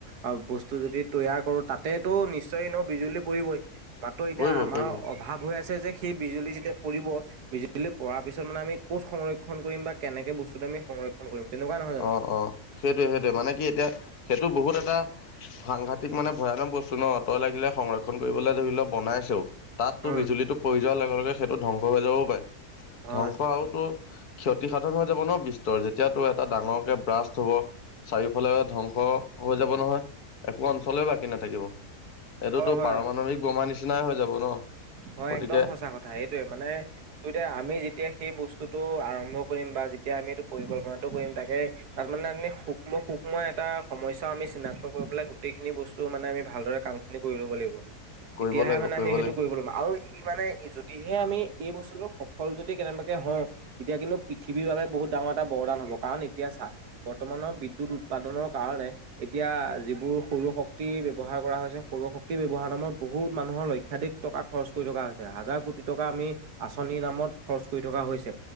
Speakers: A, on the right; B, on the left.
A: আৰু বস্তু যদি তৈয়াৰ কৰো তাতেটো নিশ্চয় এনও বিজুলী পৰিবই। মাত্ৰ এতিয়া
B: পৰিব
A: আমাৰ
B: পৰিব
A: অভাৱ হৈ আছে যে সেই বিজুলী যেতিয়া পৰিব বিজুলী পঢ়াৰ পিছত মানে আমি ক'ত সংৰক্ষণ কৰিম বা কেনেকে বস্তু আমি সংৰক্ষণ কৰিম? তেনেকুৱা নহয় জানো?
B: অ', অ', সেইটোয়ে সেইটোৱে মানে কি এতিয়া এইটো বহুত এটা সাংঘাতিক মানে ভয়ানক বস্তু ন' তই লাগিলে সংৰক্ষণ ক্ষণ কৰিবলৈ ধৰি ল' বনাইছেও তাততো
A: উম
B: বিজুলীটো পৰি যোৱাৰ লগে লগে সেইটো ধ্বংস হৈ যাবও পৰে।
A: হয়।
B: ধ্বংস আৰুতো ক্ষতিসাধন হৈ যাব ন' বিস্তৰ যেতিয়াতো এটা এটা ডাঙৰকে ব্ৰাষ্ট হ'ব চাৰিওফালে ধ্বংস হৈ যাব নহয় একো অঞ্চলে বাকী নাথাকিব এইটোতো
A: হয় হয়
B: পাৰমাণৱিক বোমা নিচিনাই হৈ যাব ন'?
A: হয়
B: গতিকে
A: একদম সঁচা কথা এইটোয়ে মানে টু এতিয়া আমি যেতিয়া সেই বস্তুটো আৰম্ভ আৰম্ভ কৰিম বা যেতিয়া আমি এইটো পৰিকল্পনাটো কৰিম তাকে তাত মানে আমি সূক্ষ্ম সূক্ষ্ম এটা সমস্যা আমি চিনাক্ত কৰিব পেলাই গোটেইখিনি বস্তু মানে আমি ভালদৰে কাম খিনি কৰি ল'ব লাগিব তেতিয়াহে
B: কৰিব লাগিব
A: মানে
B: কৰিব
A: আমি সেইটো
B: লাগিব
A: <unintelligible> আৰু ইমানে যদিহে আমি এই বস্তুটো সফল যদি কেনেবাকে হৈ তেতিয়া কিন্তু পৃথিৱীৰ বাবে বহুত ডাঙৰ এটা বৰদান হ'ব কাৰণ এতিয়া ছা বৰ্তমানৰ বিদুৎ উৎপাদনৰ কাৰণে এতিয়া যিবোৰ সৰু শক্তি ব্যৱহাৰ কৰা হৈছে সৰু শক্তি ব্যৱহাৰ নামত বহুত মানুহৰ লক্ষাধিক টকা খৰচ কৰি থকা হৈছে হাজাৰ কোটি টকা আমি আঁচনিৰ নামত খৰচ কৰি থকা হৈছে